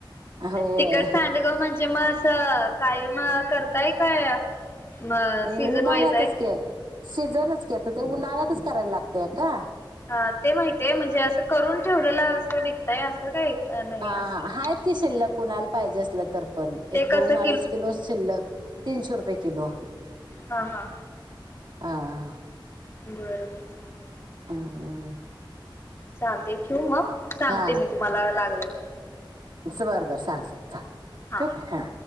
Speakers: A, on the right (about 60°); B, on the left (about 30°).
A: होय
B: तिकट सांडग म्हणजे मग. <unintelligible> कायम करताय. काय. म
A: उन्हाळ्यातच
B: सीझन वाईज आहे.
A: की सीझनच की, आता ते उन्हाळ्यातच करायला लागतय आक्का.
B: हां ते माहितेय म्हणजे असं करून ठेवलेलं असं विक ताय असं नाही.
A: हां
B: असं
A: हां
B: विचार
A: हायत की शिल्लक. कुणाला पाहिजे असलं तर पण
B: ते
A: एक
B: कसं
A: दोन अडीच किलो शिल्लक तीनशे रुपये किलो.
B: हा हा
A: हां हां.
B: बरं बरं चालतंय. चालतंय
A: अं अं.
B: चालतंय ठेऊ मग? सांगते
A: हा
B: मी तुम्हाला लागलं तर.
A: बरं बरं सांग सांग सांग.
B: हा
A: ठेवू काय हां.